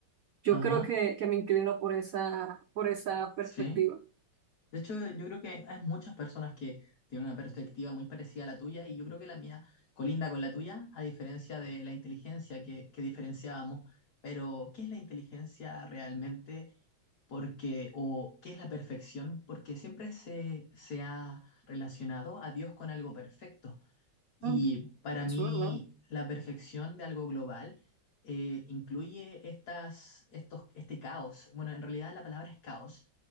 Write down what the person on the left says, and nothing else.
Ajá,
sí. De hecho, yo creo que hay, muchas personas que tienen una perspectiva muy parecida a la tuya y yo creo que la mía colinda con la tuya, a diferencia de la inteligencia que, que diferenciábamos. Pero, ¿qué es la inteligencia realmente? Porque, o ¿qué es la perfección? Porque siempre se, se ha relacionado a Dios con algo perfecto. Y
para
mí,
la perfección de algo global eh, incluye estas, estos, este caos. Bueno, en realidad la palabra es caos,